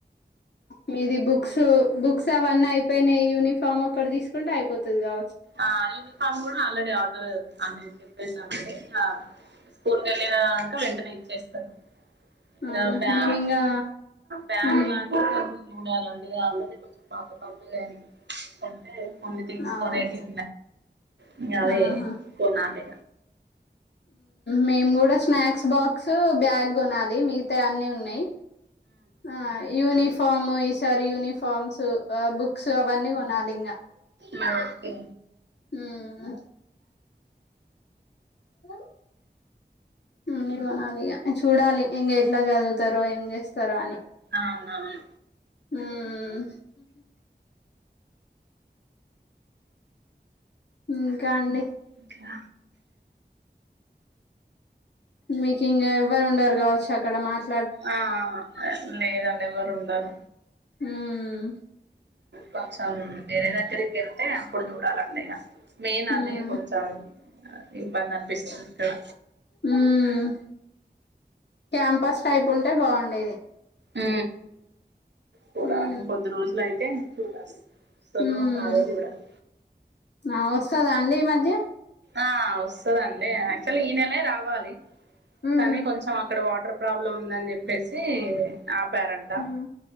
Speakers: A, on the left; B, on the right.
A: మీది బుక్స్ బుక్స్ అవన్నీ అయిపోయినాయి యూనిఫామ్ ఒక్కటి తీసుకుంటే అయిపోతదిగా
B: ఆ యూనిఫామ్ కూడా ఆల్రెడీ ఆర్డర్ అంటే చెప్పేసామండి స్కూల్ కి వెళ్ళినంక వెంటనే ఇచ్చేస్తాడు ఇగా
A: అవునా
B: బ్యా
A: మేము ఇంగా
B: బ్యాగు
A: ఉమ్
B: లాంటివి కొంచెం చూడాలండీ ఆల్రెడీ కొంచెం పాత పాతగా అయ్యింది కొంటె కొన్ని థింగ్స్
A: అవును
B: కోనేటివి ఇంగా అవి
A: ఆహా
B: కొనాలి
A: మేము కూడా స్నాక్స్ బాక్స్ బ్యాగ్ కొనాలి మిగ అ అన్ని ఉన్నాయి ఆ యూనిఫామ్ ఈసారి యూనిఫార్మ్స్ బుక్స్ అవన్నీ కొనాలి ఇంగా
B: ఓకే
A: ఉమ్ హ <unintelligible> మీరు కొనాలి ఇగా చూడాలి ఇంగా ఎట్లా చదువుతారో ఏం చేస్తారో అని
B: అవునవును
A: ఉమ్ ఇంకా అండి
B: ఇంకా
A: మీకు ఇంగా ఎవ్వరు ఉండరు కావచ్చు అక్కడ మాట్లా
B: ఆ ఆ లేదండి ఎవరు ఉండరు
A: ఉమ్
B: కొంచెం వేరే దగ్గరికి వెళ్తే అప్పుడు చూడాలండి ఇగా మెయిన్
A: ఉమ్
B: అదే కొంచెం ఇబ్బంది అనిపిస్తుంది ఇక్కడ
A: ఉమ్ క్యాంపస్ టైప్ ఉంటే బాగుండేది
B: ఉ చూడాలి
A: ఉమ్
B: ఇంకొద్ది రోజులు అయితే చూడాలి వస్తదో
A: ఉమ్
B: రాదో చూడాలి
A: ఆ వస్తదా ఈ మధ్య
B: ఆ వస్తదండి యాక్చువల్గా ఈ నేలే రావాలి
A: ఉమ్
B: కానీ కొంచెం అక్కడ వా ప్రాబ్లం ఉంది అని చెప్పేసి ఆపారంట
A: ఉమ్